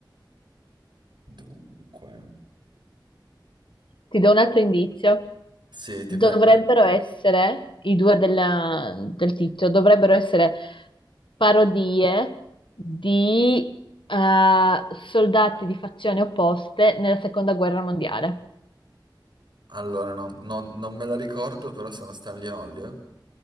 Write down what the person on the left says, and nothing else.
Ti do un altro indizio.
Dovrebbero
essere, i due della- del titolo, dovrebbero essere parodie di eh, soldati di fazioni opposte nella seconda guerra mondiale.